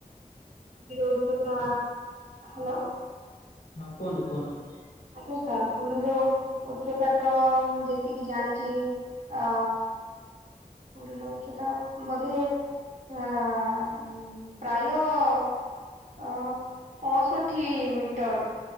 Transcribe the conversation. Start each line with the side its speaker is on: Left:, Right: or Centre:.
Right: ମନ୍ଦିର ଉଚ୍ଚତା ହ୍ୟାଲୋ
Left: ହଁ କହନ୍ତୁ, କୁହନ୍ତୁ।
Right: ଆଜ୍ଞା ତାରପୁରରୁ ଉଚ୍ଚତା ତ ମୁଁ ଯେତିକି ଜାଣିଛି, ଅ ପୁରୀର ଉଚ୍ଚତା ବୋଧେ, ଆ ଇମ୍ ପ୍ରାୟ ଅ ପଅଁଷଠି ମିଟର।